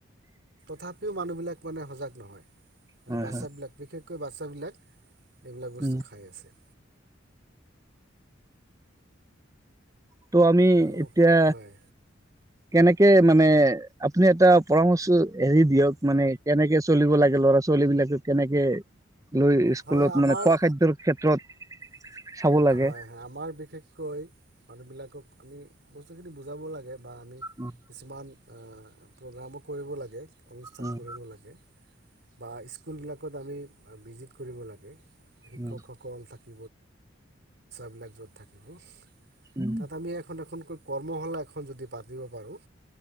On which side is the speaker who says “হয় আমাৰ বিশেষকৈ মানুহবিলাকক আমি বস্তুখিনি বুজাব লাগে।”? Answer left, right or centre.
Right